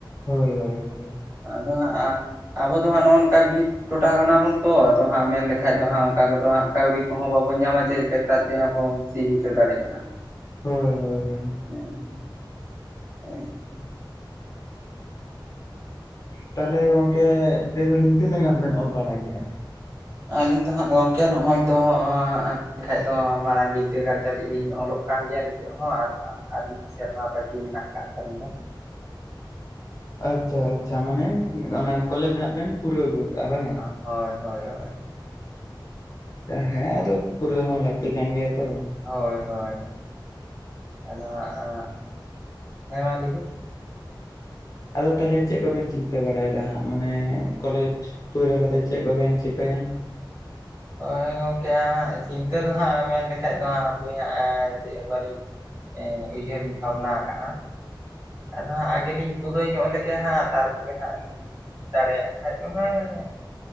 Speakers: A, on the left; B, on the right.
A: ᱦᱳᱭ ᱦᱳᱭ ᱦᱳᱭ।
B: ᱟᱫᱚ ᱦᱟᱸᱜ ᱟᱵᱚ ᱫᱚ ᱦᱟᱸᱜ ᱱᱚᱜᱼᱚ ᱱᱚᱝᱼᱠᱟ ᱵᱤᱨᱼᱼ ᱴᱚᱴᱷᱟ ᱠᱟᱱᱟ ᱵᱚᱱ ᱛᱚ ᱟᱫᱚ ᱦᱟᱸᱜ ᱢᱮᱱᱞᱞᱠᱷᱟᱱ ᱫᱚ ᱦᱟᱸᱜ ᱚᱱᱠᱟ ᱠᱚᱫᱚ ᱦᱟᱸᱜ ᱠᱟᱹᱣᱰᱤ ᱠᱚᱦᱚᱸ ᱵᱟᱵᱚᱱ ᱧᱟᱢᱟ ᱡᱮ ᱴᱮᱠᱴᱟᱨ ᱛᱮᱦᱚᱸᱼᱼ ᱥᱤ ᱦᱚᱪᱚ ᱫᱟᱲᱮᱭᱟᱜᱼᱟ।
A: ᱦᱳᱭ। ᱦᱳᱭ ᱦᱳᱭ
B: ᱦᱮᱸ ᱦᱮᱸ।
A: ᱛᱟᱦᱚᱞᱮ ᱜᱚᱝᱼᱠᱮ ᱞᱟᱹᱭ ᱫᱟᱞᱤᱧ ᱛᱤᱱᱟᱹᱜ ᱜᱟᱱ ᱵᱮᱱ ᱚᱞ ᱯᱟᱲᱦᱟᱣ ᱠᱮᱜᱼᱟ?
B: ᱟᱹᱞᱤᱧ ᱫᱚ ᱦᱟᱸᱜ ᱜᱚᱝᱠᱮ ᱱᱚᱜᱼᱚᱭ ᱛᱚ ᱟᱸᱼᱼ ᱮᱱᱠᱷᱟᱡ ᱫᱚ ᱢᱟᱨᱟᱝ ᱵᱤᱫᱽᱫᱟᱹᱜᱟᱲ ᱫᱷᱟᱹᱵᱤᱡ ᱞᱤᱧ ᱚᱞᱚᱜ ᱠᱟᱱ ᱜᱮᱭᱟ ᱱᱤᱛᱚᱜ ᱦᱚᱸ ᱟᱫᱚ ᱦᱟᱸᱜ ᱟᱨ ᱢᱤᱫ ᱥᱮᱨᱢᱟ ᱵᱟᱹᱜᱤ ᱢᱮᱱᱟᱜ ᱟᱠᱟᱫ ᱛᱟᱹᱟᱞᱤᱧᱟ᱾
A: ᱟᱪᱪᱷᱟ ᱟᱪᱪᱷᱟ ᱢᱟᱱᱮ ᱚᱱᱟ ᱠᱚᱞᱮᱡᱽ ᱫᱚ ᱦᱟᱜ ᱵᱮᱱ ᱯᱩᱨᱟᱹᱣ ᱟᱹᱜᱩ ᱠᱟᱜᱼᱟ ᱵᱟᱝ?
B: ᱦᱳᱭ ᱦᱳᱭ ᱦᱳᱭ।
A: ᱦᱮᱸ ᱟᱫᱚ ᱯᱩᱨᱟᱹ ᱦᱚᱸ ᱞᱟᱹᱠᱛᱤ ᱠᱟᱱ ᱜᱮᱭᱟ ᱛᱚ।
B: ᱦᱳᱭ ᱦᱳᱭ ᱟᱫᱚ ᱦᱟᱸᱜ ᱦᱮᱸᱢᱟ ᱞᱟᱹᱭᱵᱤᱱ?
A: ᱟᱫᱚ ᱛᱟᱦᱚᱞᱮ ᱪᱮᱫ ᱠᱚᱵᱮᱱ ᱪᱤᱱᱛᱟᱹ ᱵᱟᱲᱟᱭᱮᱫᱟ ᱦᱟᱸᱜ ᱢᱟᱱᱮ ᱠᱚᱞᱮᱡᱽ ᱯᱩᱨᱟᱹᱣ ᱠᱟᱛᱮᱫ ᱪᱮᱫ ᱠᱚᱵᱮᱱ ᱪᱤᱠᱟᱹᱭᱟ?
B: ᱦᱳᱭ ᱜᱚᱝᱠᱮ ᱪᱤᱱᱛᱟᱹ ᱫᱚ ᱦᱟᱸᱜ ᱢᱮᱱ ᱞᱮᱠᱷᱟᱡ ᱫᱚ ᱦᱟᱜ ᱦᱟᱯᱚᱭ ᱦᱟᱸ ᱪᱮᱫ ᱦᱚᱸ ᱵᱟᱞᱤᱧ ᱮ ᱩᱭᱦᱟᱹᱨᱤᱧ ᱵᱷᱟᱵᱱᱟ ᱟᱠᱟᱜᱼᱟ। ᱟᱫᱚ ᱦᱟᱸᱜ ᱟᱜᱮᱞᱤᱧ ᱯᱩᱨᱟᱹᱭ ᱧᱚᱜ ᱞᱮᱜ ᱦᱟᱸᱜ ᱛᱟᱨᱯᱚᱨᱮ ᱦᱟᱸᱜᱼᱼ ᱫᱟᱲᱮᱭᱟᱜ ᱠᱷᱟᱡ ᱫᱚ ᱦᱟᱜᱼᱼ